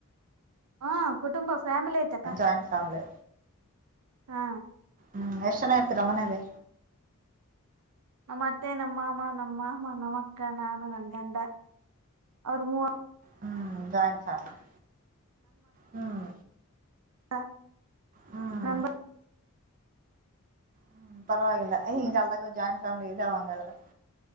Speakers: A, on the right; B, on the right.
A: ಹಾ ಕುಟುಂಬ ಫ್ಯಾಮಿಲಿ ಐತಕ್ಕ.
B: ಸಣ್ಣ ಫ್ಯಾಮಿಲಿ
A: ಹಾ
B: ಹ್ಮ್ ಎಷ್ಟ್ ಜನ ಇರ್ತೀರ ಮನೇಲಿ.
A: ನಮ್ಮ ಅತ್ತೆ ನಮ್ಮ ಮಾಮ್ಮ ನಮ್ಮ ಮಾಮ್ಮ ನಮ್ಮ ಅಕ್ಕ ನಾನು ನನ್ನ ಗಂಡ ಅವ್ರ ಮೂವರ.
B: ಹ್ಮ್ ಜಾಯಿಂಟ್ ಫ್ಯಾಮಿಲಿ ಹ್ಮ್
A: ಹ
B: ಹ್ಮ್
A: ನಂಬರ <inaudible>
B: ಹುಂ ಪರವಾಗಿಲ್ಈಗಿನ ಕಾಲ್ದಾಗ ಜಾಯಿಂಟ್ ಫ್ಯಾಮಿಲಿ ಇದಾವ ಹಂಗಾದ್ರ